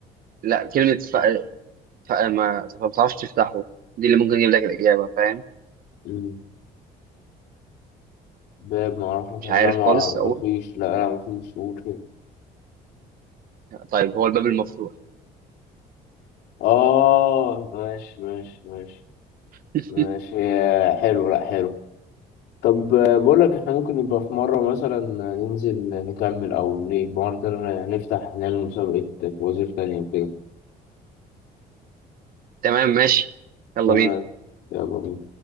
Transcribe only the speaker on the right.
لا كلمة ف... ف... ما ما بتعرفش تفتحه دي اللي ممكن يجيب لك الإجابة فاهم
مش عارف
خالص
أقول
طيب هو الباب المفتوح
<laughs>
تمام ماشي يلا
بينا